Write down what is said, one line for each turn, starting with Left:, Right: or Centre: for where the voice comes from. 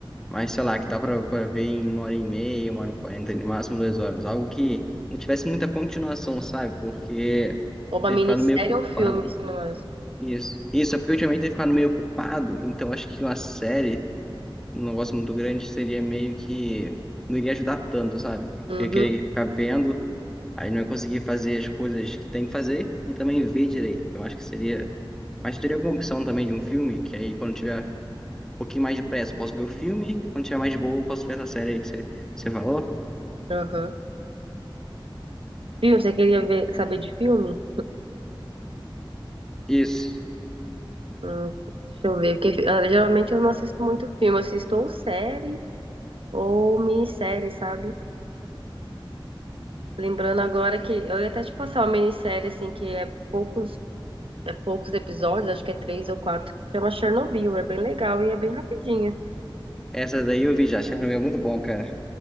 Centre: mais sei lá, que dá pra, pra ver em uma hora e meia, uma hora e quarenta, no máximo duas horas. Algo que não tivesse muita continuação, sabe? Porque
Right: Ou uma
Centre: ter
Right: minissérie
Centre: ficado meio ocupado.
Right: ou filme, se não acha.
Centre: Isso. Isso, é porque ultimamente ter ficado meio ocupado, então acho que uma série, um negócio muito grande, seria meio que não iria ajudar tanto, sabe?
Right: Uhum,
Centre: Eu ia querer ficar vendo, aí não ia conseguir fazer as coisas que tem que fazer e também ver direito. Então acho que seria. Mas teria alguma opção também de um filme? Que aí, quando tiver um pouquinho mais de pressa, eu posso ver o filme. E quando tiver mais de boa, eu posso ver essa série aí que você, você falou?
Right: uhum. Filme, você queria ver, saber de filme?
Centre: Isso.
Right: Hum, deixa eu ver, porque ah, geralmente eu não assisto muito filme, eu assisto ou série Ou minissérie, sabe? Lembrando agora que eu ia até te passar uma minissérie, assim, que é poucos, é poucos episódios, acho que é três ou quatro, que chama Chernobyl. É bem legal e é bem rapidinha.
Centre: Essa daí eu vi já. Chernobyl é muito bom, cara.